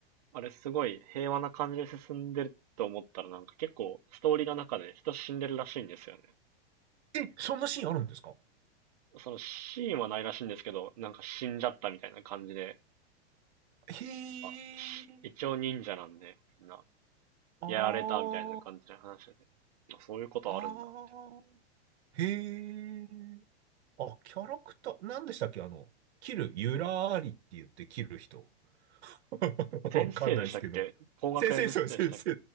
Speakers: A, on the right; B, on the right.
A: あれすごい平和な感じで進んでると思ったらなんか結構ストーリーの中で人死んでるらしいんですよね。
B: え、そんなシーンあるんですか
A: そのシーンはないらしいんですけど、なんか死んじゃったみたいな感じで、
B: へ
A: あ、
B: え、
A: 一応忍者なんで、みんな。
B: あー
A: やられたみたいな感じで話してて。あそういうことあるんだ、
B: あー、
A: みたい
B: へえ、あ、キャラクター、何でしたっけあの、キル、ユラーリって言ってキル人。<laughs>
A: な。先生でしたっけ工学園の人でしたっけ
B: わかんないですけど。先生、そう、先生。